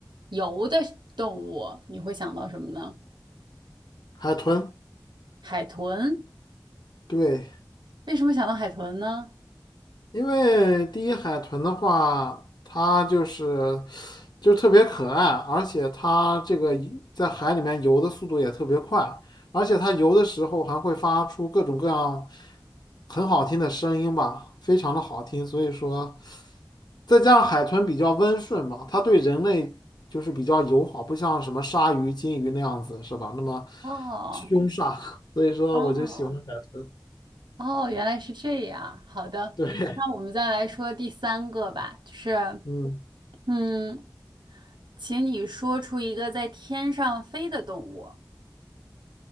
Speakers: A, on the right; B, on the left.
A: 游的动物，你会想到什么呢？
B: 海豚，
A: 海豚。
B: 对。
A: 为什么想到海豚呢？
B: 因为第一海豚的话，它就是就特别可爱，而且它这个一在海里面游的速度也特别快，而且它游的时候还会发出各种各样很好听的声音吧，非常的好听。所以说，再加上海豚比较温顺吧，它对人类就是比较友好，不像什么鲨鱼、金鱼那样子，是吧？那么
A: 哦
B: 凶煞，<laughs> 所以说我就喜欢海豚。
A: 哦哦，原来是这样。好的，
B: 对，
A: 那我们再来说第三个吧，就是。
B: 嗯，
A: 嗯，请你说出一个在天上飞的动物，